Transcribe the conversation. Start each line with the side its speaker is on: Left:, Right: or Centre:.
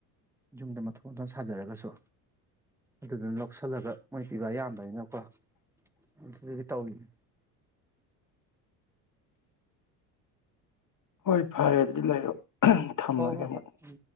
Centre: ꯌꯨꯝꯗꯣ ꯃꯊꯣꯟ ꯃꯊꯣꯟ ꯁꯥꯖꯔꯒꯁꯨ ꯑꯗꯨꯗꯨꯅ ꯂꯧꯁꯤꯜꯂꯒ ꯃꯣꯏ ꯄꯤꯕ ꯌꯥꯝꯕꯅꯤꯅꯀꯣ ꯑꯗꯨꯒꯤ ꯇꯧꯔꯤꯅꯦ
Left: ꯍꯣꯏ ꯐꯔꯦ ꯑꯗꯨ ꯂꯩꯔꯣ ꯑꯍꯝ ꯊꯝꯃꯒꯦ
Centre: ꯍꯣ ꯍꯣ
Left: ꯑꯃꯨꯛ
Centre: ꯍꯣꯏ ꯎꯝ